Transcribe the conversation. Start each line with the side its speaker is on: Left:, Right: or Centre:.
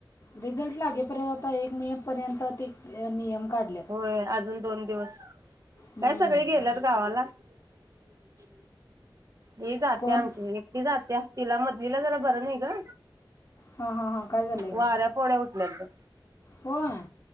Left: रिझल्ट लागेपर्यंत आता एक मे पर्यंत ते नियम काढल्यात
Right: होय अजून दोन दिवस
Left: हं.
Right: काय सगळी गेल्यात गावाला. <inaudible> ही जातीया
Left: कोण
Right: आमची एकटी जातीया. तिला मधलीला जरा बरं नाही ग.
Left: हा हा हा काय झालंय
Right: वाऱ्या
Left: ग?
Right: पोळ्या उठल्यात ग
Left: होय.